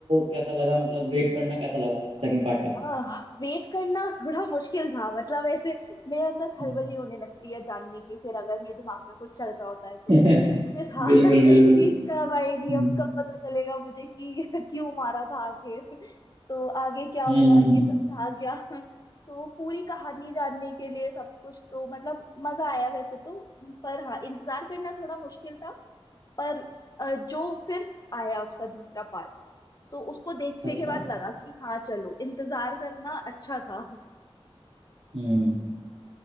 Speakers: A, on the right; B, on the left.
A: कैसा लगा मतलब वेट करना कैसा लगा सेकंड पार्ट का
B: आह, वेट करना थोड़ा मुश्किल था मतलब ऐसे मेरे अंदर खलबली
A: हम्म।
B: होने लगती है जानने की फिर अगर मेरे दिमाग में कुछ चल रहा होता है तो
A: <laughs>
B: तो मुझे था
A: बिल्कुल
B: <laughs> कि
A: बिल्कुल
B: कब आएगी
A: हम्म
B: अब कब पता चलेगा मुझे कि <laughs> क्यों मारा था आखिर तो आगे क्या
A: हम्म,
B: हुआ ये सब था गया तो पूरी कहानी जानने के लिए सब कुछ तो मतलब मजा आया वैसे तो पर हाँ इंतजार करना थोड़ा मुश्किल था पर अ, जो फिर आया उसका दूसरा पार्ट तो उसको देखने
A: अच्छा
B: के बाद लगा कि हाँ चलो इंतजार करना अच्छा था
A: हम्म